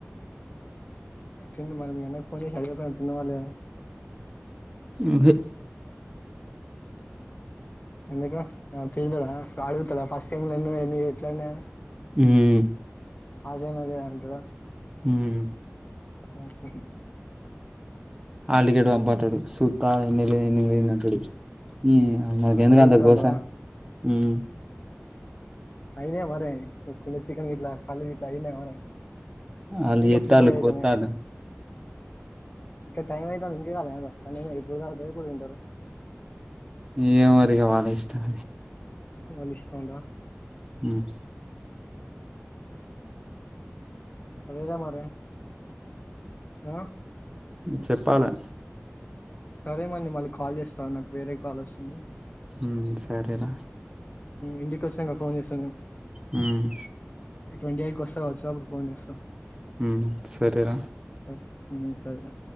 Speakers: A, on the left; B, on the right.
A: తిన్ను మరి మీ అన్న ఫోన్ జేసి అడిగవ తిన్నవ లేద అని
B: మ్మ్ హె
A: ఎందుకు తీడ్తడ అడుగుతడా ఫస్ట్ సెమ్ లో ఎన్ని ఒయిని ఎట్ల అన్ని అనీ
B: హ్మ్
A: పాసై మళ్ళీ అంటడా
B: హ్మ్
A: ఓహ
B: హాల్ టికేట్ పంపు అంటడు సూత్తా ఎన్ని ఎందుకు బోయింది అంటడు మ్మ్ నాకు ఎందుక
A: ఓడిస్తాడంటావా
B: అంత గోస ఉమ్మ్
A: అయినీఅవ్వరే కుని చికెన్ గిట్లా కళ్ళు గిట్లా అయినీఅవ్వరే
B: వాళ్ళు
A: ఇంకా
B: చేత్తాళ్ళు
A: ప్రిపేర్ అయిదనే
B: కోత్తాళ్ళు
A: ఇంకా టైం అయితాంది ఇందిగ లేవలె అనెమో ఎప్పుడు తావుతారు ఎప్పుడు తింటారు
B: ఈ ఏమో మరి ఇగ వాళ్ళ ఇష్టం
A: వాళ్ళ ఇష్టం ఉందా
B: మ్మ్
A: మ్మ్ సరేరా మరి ఆ
B: చెప్పా లె
A: సరే మళ్ళీ నేన్ కాల్ చేస్తాను నాకు వేరే కాల్ వస్తుంది
B: హ్మ్ సరేరా
A: ఇంటికి వచ్చంగ ఫోన్ చేస్తాగ
B: హ్మ్
A: ఈ ట్వంటీ ఎయిట్కి వస్తా వచ్చా అప్పుడు ఫోన్ చేస్తా
B: ఉమ్ సరేరా
A: స సరే